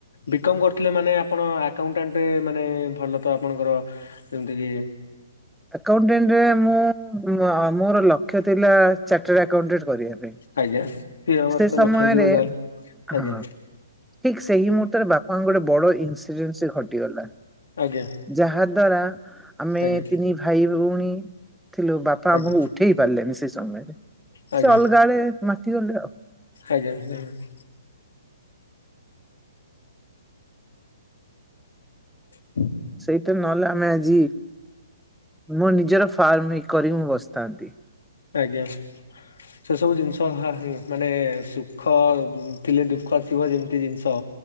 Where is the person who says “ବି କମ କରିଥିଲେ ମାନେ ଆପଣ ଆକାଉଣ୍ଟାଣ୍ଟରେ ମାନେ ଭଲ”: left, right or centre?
Left